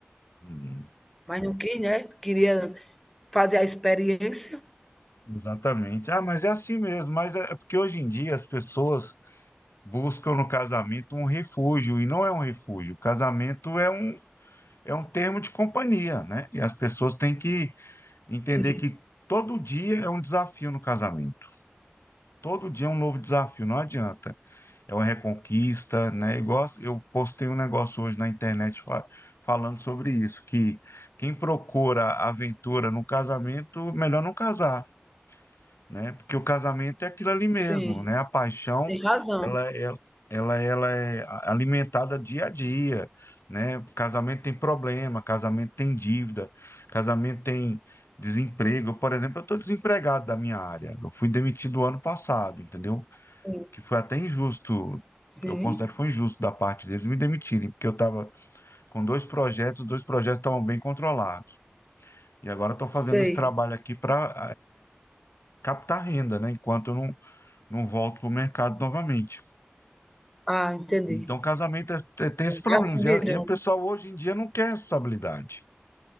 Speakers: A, on the left (about 80°); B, in the centre.
A: Uhum.
B: Mas não quis, né? Queria fazer a experiência.
A: Exatamente. Ah, mas é assim mesmo. Mas é é porque hoje em dia as pessoas buscam no casamento um refúgio, e não é um refúgio. O casamento é um, é um termo de companhia, né? E as pessoas têm que entender
B: Sim,
A: que todo dia é um desafio no casamento. Todo dia é um novo desafio, não adianta. É uma reconquista, né? Igual eu postei um negócio hoje na internet fa- falando sobre isso, que quem procura aventura no casamento, melhor não casar. né? Porque o casamento é aquilo ali mesmo,
B: sim,
A: né? A paixão,
B: tem razão.
A: ela é, ela, ela é a- alimentada dia a dia, né? Casamento tem problema, casamento tem dívida, casamento tem desemprego. Eu, Por exemplo, eu estou desempregado da minha área. Eu fui demitido ano passado, entendeu?
B: Sim,
A: Que foi até injusto.
B: sim,
A: Eu considero que foi injusto da parte deles me demitirem, porque eu estava com dois projetos, os dois projetos estavam bem controlados. E agora estou fazendo
B: sei.
A: esse trabalho aqui para captar renda, né? Enquanto eu não não volto para o mercado novamente.
B: Ah, entendi.
A: Então, casamento é- é- tem esses problemas.
B: Tá se virando.
A: E a, e a pessoa hoje em dia não quer responsabilidade.